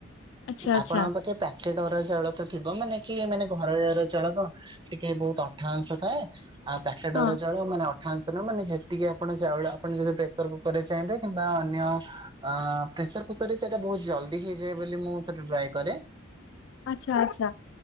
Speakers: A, on the left (about 65°); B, on the right (about 20°).
A: ଆଚ୍ଛା ଆଚ୍ଛା
B: ଆପଣଙ୍କ ପାଖେ ପ୍ୟାକେଟ ଅରୁଆ ଚାଉଳ ତ ଥିବ ମାନେ କି ମାନେ ଘରୋଇ ଅରୁଆଚାଉଳ ତ ଟିକେ ବହୁତ ଅଠା ଅଂଶ ଥାଏ ଆଉ ପ୍ୟାକେଟ
A: ହଁ
B: ଅରୁଆ ଚାଉଳ ମାନେ ଅଠାଅଂଶନୁହ ମାନେ ଯେତିକି ଆପଣ ଚାଉଳ ଆପଣ ଯଦି ପ୍ରେସର କୁକର ରେ ଚାହିଁବେ କିମ୍ବା ଅନ୍ୟ ଆ ପ୍ରେସର କୁକର ରେ ସେଇଟା ବହୁତ ଜଲଦି ହେଇଯାଏ ବୋଲି ମୁଁ ସେଟା ଟ୍ରାଏ କରେ।
A: ଆଚ୍ଛା ଆଚ୍ଛା।